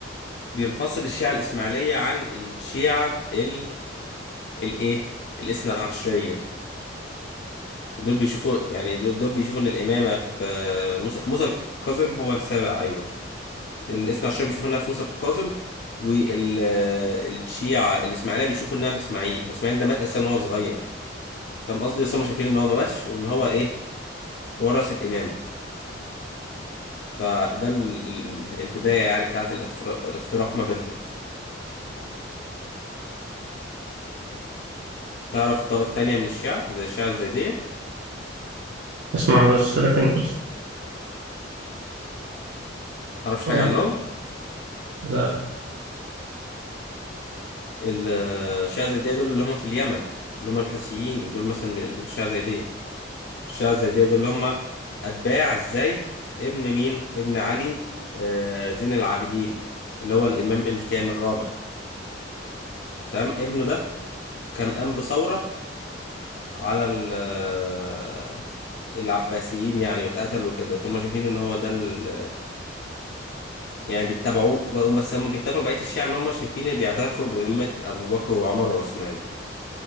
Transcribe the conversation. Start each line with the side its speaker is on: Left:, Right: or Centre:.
Left: بينفصل الشيعه الاسماعيليه عن الشيعه ال الايه الاثنى عشريه دول بيشوفوا يعني دول, دول بيشوفوا ان الامامه في موسى موسى القاسم هو السابع ايوه الاثنى عشريه بيشوفوا انها في موسى القاسم والشيعه الاسماعيليه بيشوفوا انها في اسماعيل هو اسماعيل ده مات اساسا وهو صغير فاهم قصدي بس هم شايفين ان هو ما ماتش وان هو ايه ورث الامامه فده ال- ال- البداية يعني بتاعت الافتراق, الافتراق ما بينهم تعرف طائف تانية من الشيعة زي الشيعة الزيدية
Right: اسمع بس لكن <laughs>
Left: متعرفش
Right: اه
Left: حاجة عنهم
Right: لا
Left: ال- الشيعة الزيدية دول اللي هم في اليمن اللي هم الحوثيين دول مثلا بي- دول الشيعة الزيدية الشيعة الزيدية دول اللي هم أتباع الزيد ابن مين؟ ابن علي آه، زين العابدين اللي هو الإمام الكامل الرابع تمام ابنه ده كان قام بثورة على ال- آه، العباسيين يعني واتقتل وكده فهم شايفين ان هو ده ال- يعني بيتبعوه وهم- بس هم بيختلفوا عن بقية الشيعة إن هم شايفين إن بيعترفوا بإمامة أبو بكر وعمر وعثمان